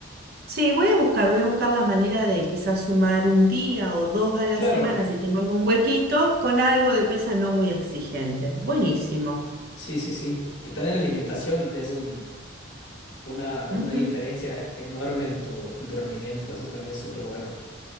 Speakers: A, on the right; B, on the left.
A: Sí, voy a buscar, voy a buscar la manera de quizás sumar un día o dos a la
B: Claro,
A: semana si tengo algún huequito con algo de pesa no muy exigente. Buenísimo.
B: sí, sí, sí. Y también la alimentación, ves un- una,
A: Ujú.
B: una diferencia enorme en tu, en tu rendimiento. Eso también es súper bueno.